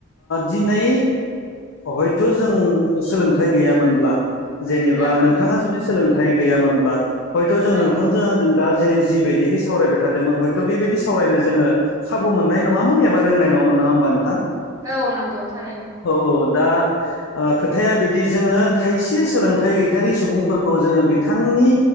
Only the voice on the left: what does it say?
दिनै हयथ' जों सोलोंथाइ गैयामोनब्ला जेनेबा
नोंथाङा जुदि सोलोंथाइ गैयामोनब्ला हयथ' जों
नोंथांजों आंजों दा जे जिबायदिहै सावरायबाय थादोंमोन हयथ' बेबायदि सावरायनो जोङो खाबु मोननाय नङामोन एबा रोंनाय नङामोन नङा होमबा नोंथां
औ औ दा खोथाया बिदि जोङो खायसे सोलोंथाइ गैथारि सुबुंफोरखौ जोङो बिथांनि